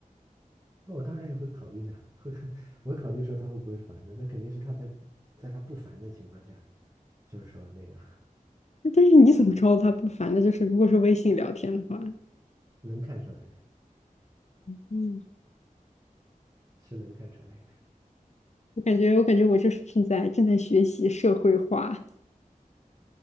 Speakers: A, on the right; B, on the left.
A: 那我当然也会考虑的，会我会考虑说他会不会烦的，那肯定是他在在他不烦的情况下，就是说那个
B: 但是你怎么知道他不烦呢？就是如果是微信聊天的话，
A: 能看出来的，
B: 嗯，
A: 是能看出来的。
B: 我感觉我感觉我就是正在正在学习社会化。